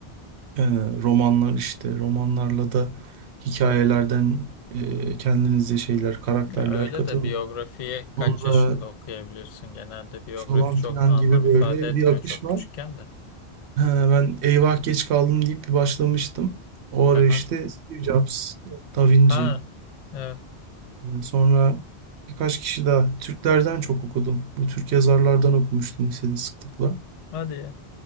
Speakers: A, on the right; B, on the left.
A: Ee, romanlar işte romanlarla da hikayelerden e, kendinize şeyler karakterler
B: Ya öyle
A: katın
B: de biyografiyi
A: sonra
B: kaç yaşında okuyabilirsin? Genelde biyografi
A: falan
B: çok
A: filan
B: anlam
A: gibi böyle
B: ifade etmiyor
A: bir akış
B: çok
A: var.
B: küçükken de.
A: He, ben eyvah geç kaldım deyip bir başlamıştım. O ara
B: Aha.
A: işte Steve Jobs, Da Vinci,
B: Ha. Evet.
A: e, sonra birkaç kişi daha Türklerden çok okudum. Bu Türk yazarlardan okumuştum lisede sıklıkla.
B: Hadi ya.